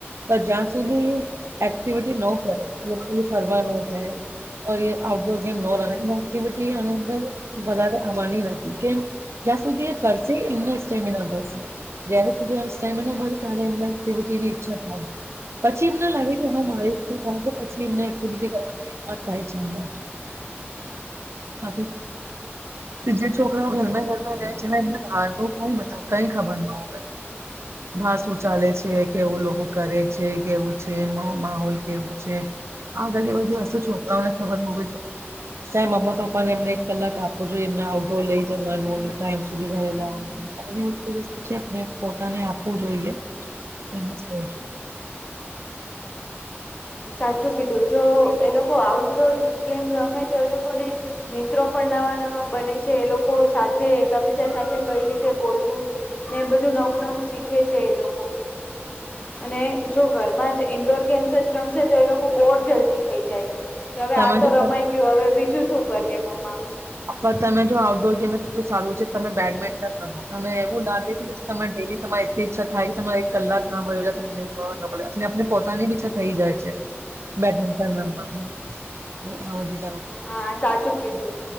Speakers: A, on the right; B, on the left.
A: પણ જ્યાં સુુંધી. એક્ટિવિટી નો કરે એ ફરવા નો જાય. ઔર યે આઉટડોર ગેમ નો રમે એ એક્ટિવિ આની અંદર વધારે આવવાની નથી કેમ. જ્યાં સુધી એ કરશે એમના સ્ટેમિના મળશે. જ્યાં સુધી એમને સ્ટેમીના વધશે અને એમને એક્ટિવીટી ની ઈચ્છા થાય. પછી એમને લાગે કે હા મારી તો પછી એમને એકિવિટી કરવાની એ પણ થાય છે એમને <unintelligible> તે જે છોકરાઓ ઘર મે. ઘરમાં રહે છે એમને બારનું કઈ ખબર ન હોય. બાર શું ચાલે છે કેવું લોકો કરે છે કેવું. છે માહોલ કેવો છે આગલી બધી વસ્તુ છોકરાઓને ખબર બઉ જ ઓછી સેમ મમ્મા પપ્પા એમને એક કલાક આપો જોઇએ એમને આઉટડોર લઈ જવાનું. ટાઈમ સુધી ઘરે લેવાના આ બધી વસ્તુ વસ્તુ છે આપણે પોતાને આપવું જોઈએ. એમજ કઉ છું.
B: સાચું કીધું જો એ લોકો આઉટડોર ગેમ રમેય તો એ લોકોને મિત્રો પણ નવા નવા બને છે એ લોકો સાથે એકબીજા સાથે કઈ રીતે બોલવું ને એ બધું નવું નવું શીખે છે એ લોકો અને જો ઘરમાં જ ઇન્ડોર ગેમ્સ જ રમશે તો એ લોકો બોર જલ્દી થઈ જાય કે હવે
A: તમે
B: આ તો
A: જો
B: રમાઈ ગયો હવે બીજું શું કરીએ એમ મમ્મા
A: પણ તમે જો આઉટડોર ગેમે એટલું સારું છે તમે બેડમિન્ટન રમો તમે એવું લાગે છે તમે ડેલી તમારે એ ઈચ્છા થાય કે તમારે એક કલાક ગામ વ્યો જાય તમને ખબર જ ના પડે આપણે પોતાની બી ઇચ્છા થઈ જાય છે બેડમિન્ટન રમવાની એવું બધું કરવાની
B: હા સાચું કીધું.